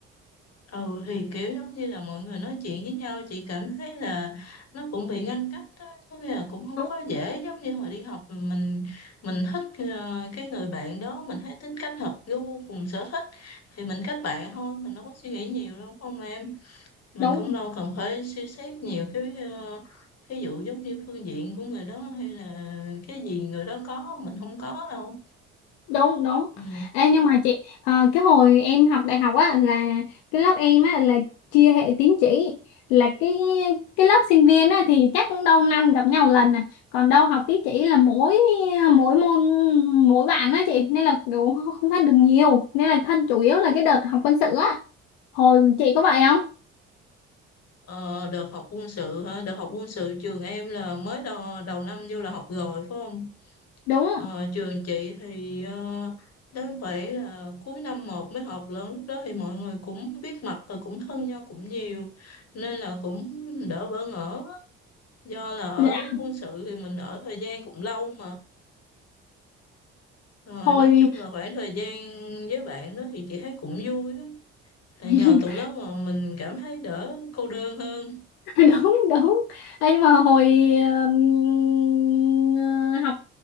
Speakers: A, on the left; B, on the left.
A: Ừ thì kiểu giống như là mọi người nói chuyện với nhau chị cảm thấy là nó cũng bị ngăn cách đó. Có nghĩa là cũng không
B: đúng
A: có dễ giống như hồi đi học mình mình thích ờ, cái người bạn đó mình thấy tính cách hợp gu cùng sở thích thì mình kết bạn thôi mình đâu có suy nghĩ nhiều đâu không em mình
B: đúng
A: cũng đâu cần phải suy xét nhiều cái uh, ví dụ giống như phương diện của người đó hay là cái gì người đó có mình không có đâu
B: đúng đúng
A: ừ.
B: Ê, nhưng mà chị ờ, cái hồi em học đại học á là cái lớp em á là chia hệ tín chỉ là cái cái lớp sinh viên á thì chắc cũng đâu năm gặp nhau lần à còn đâu học tín chỉ là mỗi mỗi môn mỗi bạn á chị nên là kiểu không thân được nhiều nên là thân chủ yếu là cái đợt học quân sự á hồi chị có vậy không
A: Ờ, được học quân sự hả? Được học quân sự trường em là mới đầu, đầu năm vô là học rồi phải không?
B: đúng
A: Ờ, trường chị thì ờ, đến phải là cuối năm một mới học lớn lúc đó thì mọi người cũng biết mặt và cũng thân nhau cũng nhiều nên là cũng đỡ bỡ ngỡ do là ở
B: dạ
A: quân sự thì mình ở thời gian cũng lâu mà rồi
B: hồi
A: nói chung là khoảng thời gian với bạn đó thì chị thấy cũng vui đó là
B: <laughs>
A: nhờ tụi đó mà mình cảm thấy đỡ cô đơn hơn
B: <laughs> đúng đúng Ê, nhưng mà hồi ừm, học